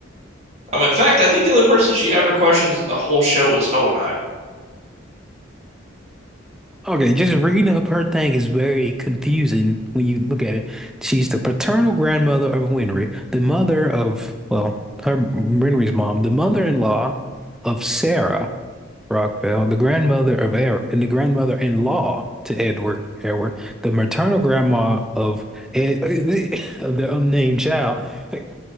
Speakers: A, on the right; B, in the centre.
A: Um, in fact, I think the only person she ever questions in the whole show is Hohenheim.
B: Okay, just reading up her thing is very confusing when you look at it. She's the paternal grandmother of Winry, the mother of, well, her Winry's mom, the mother-in-law of Sarah, Rockbell, the grandmother of Er and the grandmother-in-law to Edward Edward, the maternal grandma of Ed <laughs> of the unnamed child. Like,